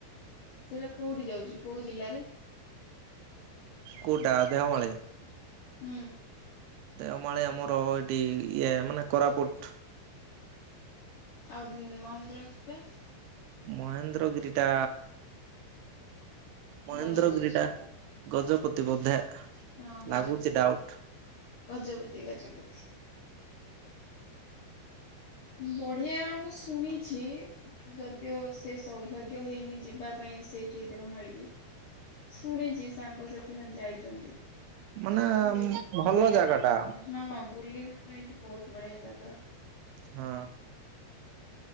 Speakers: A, on the left; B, on the right.
A: ସେଇଟା କୋଉଠି ଯାଉଚି କୋଉ ଜିଲ୍ଲାରେ?
B: କୋଉଟା ଦେଓମାଳି?
A: ହୁଁ।
B: ଦେଓମାଳି ଆମର ଏଠି ଇଏ ମାନେ କୋରାପୁଟ୍।
A: ଆଉ ମହେନ୍ଦ୍ରଗିରି ଟା?
B: ମହେନ୍ଦ୍ରଗିରିଟା ମହେନ୍ଦ୍ରଗିରିଟା
A: ଗଜପତି
B: ଗଜପତି ବୋଧେ।
A: ହଁ ଗଜପତି।
B: ଲାଗୁଛି ଡାଉଟ
A: ଗଜପତି ଗଜପତି। ବଢିଆ ମୁଁ ଶୁଣିଛି, ଯଦିଓ ସେ ସେ ସୌଭାଗ୍ୟ ହେଇନି ଯିବା ପାଇଁ ସେଇଠି ଦେଓମାଳି କି। ଶୁଣିଚି ସାଙ୍ଗସାଥି ମାନେ ଯାଇଛନ୍ତି।
B: ମାନେ
A: ବହୁତ ବଢିଆ
B: ଭଲ
A: ଜାଗା।
B: ଟା
A: ହଁ ବୁଲିବା ପାଇଁ କି ବହୁତ ବଢିଆ ଜାଗା।
B: ହଁ।